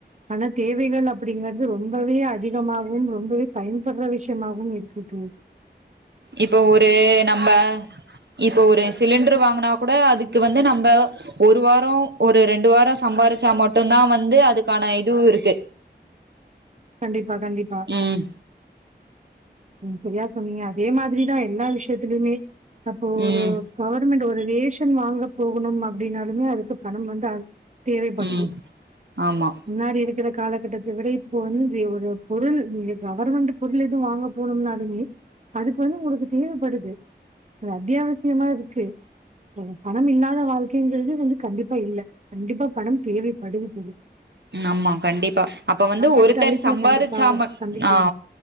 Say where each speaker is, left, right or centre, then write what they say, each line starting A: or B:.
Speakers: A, on the right; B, on the right.
A: பண தேவைகள் அப்படிங்கறிறது ரொம்பவே அதிகமாகவும் ரொம்பவே பயன்படுற விஷயமாகவும் இருக்குது
B: இப்ப ஒரு நம்ம இப்ப ஒரு சிலிண்டரு வாங்கனா கூட அதுக்கு வந்து நம் நம்ம ஒரு வாரம் ஒரு ரெண்டு வாரம் சம்பாரிச்சா மட்டும் தான் வந்து அதுக்கான இதுவும் இருக்கு
A: கண்டிப்பா கண்டிப்பா
B: ம்
A: உம் சரியா சொன்னீங்க அதே மாதிரிதான் எல்லா விஷயத்துலயுமே அப்ப ஒரு
B: ம்
A: பவர் உம்மெண்ட் ஒரு ரேஷன் வாங்க போகணும் அப்படின்னாலுமே அதுக்கு பணம் வந்து தேவைப்படுது
B: ம் ஆமா
A: முன்னாடி இருக்கிற காலகட்டத்தை விட உம்றி ஒரு பொருள் நீங்க கவர்மெண்ட் பொருள் எதுவும் வாங்க போனம்னாலுமே அதுக்கு வந்து உங்களுக்கு தேவைப்படுது அத்தியாவசியமா இருக்கு ம் இல்லாத வாழ்க்கைங்கிறது வந்து கண்டிப்ப இப்ப இல்ல கண்டிப்பா பணம் தேவைப்படுது சொலி
B: ம் ஆமா கண்டிப்பா அப்ப வந்து ஒருத்தர்
A: அடுத்த அழைப்புல
B: சம்பாதிச்சாம
A: கண்டிப்பா சந்திக்கலாம்.
B: ஆ